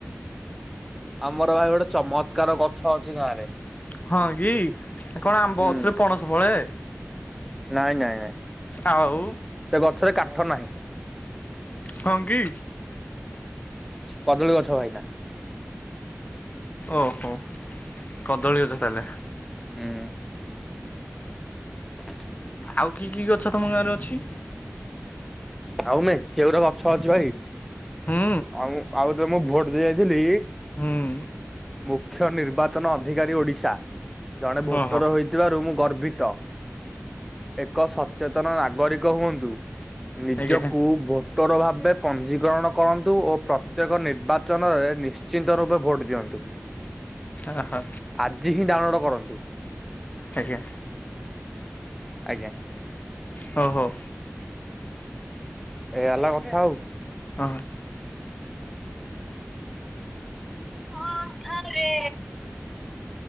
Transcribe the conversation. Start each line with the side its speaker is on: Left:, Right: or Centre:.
Centre: ଆମର ଭାଇ ଗୋଟେ ଚମତ୍କାର ଗଛ ଅଛି ଗାଁ ରେ
Left: ହଁ କି କଣ ଆମ୍ବ
Centre: ହୁଁ
Left: ଗଛରେ ପଣସ ଫଳେ
Centre: ନାଇଁ ନାଇଁ ନାଇଁ
Left: ଆଉ
Centre: ସେ ଗଛରେ କାଠ ନାହିଁ।
Left: ହଁ କି
Centre: କଦଳୀ ଗଛ ଭାଇନା।
Left: ଓହୋ କଦଳୀ ଗଛ ତାହେଲେ?
Centre: ହଁ। <unintelligible>
Left: ଆଉ କି କି ଗଛ ତମ ଗାଁରେ ଅଛି?
Centre: ଆଉ ମେଞ୍ଚେ ଗୁରେ ଗଛ ଅଛି ଭାଇ।
Left: ହୁ।
Centre: ଆଉ ଆଉ ତେବେଳେ ମୁଁ ଭୋଟ ଦେଇ ଯାଇଥିଲି
Left: ହୁଁ
Centre: ମୁଖ୍ୟ ନିର୍ବାଚନ ଅଧିକାରୀ ଓଡ଼ିଶା ଜଣେ ଭୋଟର
Left: ଓହୋ
Centre: ହୋଇଥିବାରୁ ମୁଁ ଗର୍ବିତ। ଏକ ସଚେତନ ନାଗରିକ ହୁଅନ୍ତୁ। ନିଜକୁ
Left: ଆଜ୍ଞା
Centre: ଭୋଟର ଭାବେ ପଞ୍ଜୀକରଣ କରନ୍ତୁ ଓ ପ୍ରତ୍ୟେକ ନିର୍ବାଚନରେ ନିଶ୍ଚିତ ରୂପେ ଭୋଟ୍ ଦିଅନ୍ତୁ।
Left: ଓହୋ
Centre: ଆଜି ହିଁ ଡାଉନଲୋଡ୍ କରନ୍ତୁ।
Left: ଆଜ୍ଞା।
Centre: ଆଜ୍ଞା।
Left: ହଉ ହଉ।
Centre: ଏଇଆ ହେଲା କଥା ଆଉ।
Left: ହଁ।
Centre: ହ ଆରେ